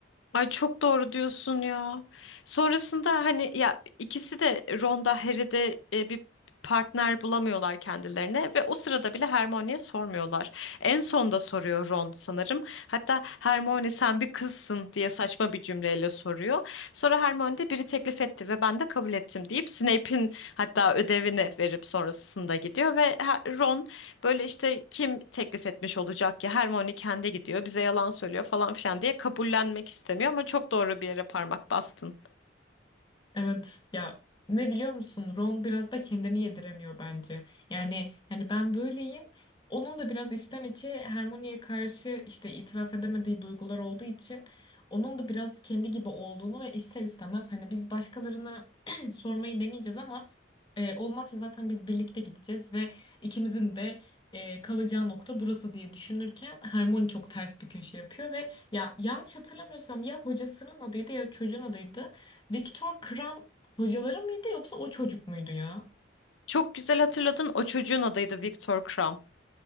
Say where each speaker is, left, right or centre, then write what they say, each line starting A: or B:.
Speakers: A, on the left; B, on the left.
A: Ay çok doğru diyorsun ya. Sonrasında hani ya ikisi de Ron'da Harry'de e, bir partner bulamıyorlar kendilerine ve o sırada bile Hermione'ye sormuyorlar. En son da soruyor Ron sanırım. Hatta Hermione sen bir kızsın diye saçma bir cümleyle soruyor. Sonra Hermione de biri teklif etti ve ben de kabul ettim deyip Snape'in hatta ödevini verip sonrasında gidiyor ve Ha- Ron Böyle işte kim teklif etmiş olacak ki Hermione kendi gidiyor bize yalan söylüyor falan filan diye kabullenmek istemiyor ama çok doğru bir yere parmak bastın.
B: Evet ya ne biliyor musun Ron biraz da kendini yediremiyor bence. Yani yani ben böyleyim. Onun da biraz içten içe Hermione'ye karşı işte itiraf edemediği duygular olduğu için onun da biraz kendi gibi olduğunu ve ister istemez hani biz başkalarına <clears throat> sormayı deneyeceğiz ama e, olmazsa zaten biz birlikte gideceğiz ve ikimizin de e, kalacağı nokta burası diye düşünürken Hermione çok ters bir köşe yapıyor ve ya yanlış hatırlamıyorsam ya hocasının adıydı ya çocuğun adıydı. Viktor Kram hocaları mıydı yoksa o çocuk muydu ya?
A: Çok güzel hatırladın o çocuğun adıydı Victor Krum.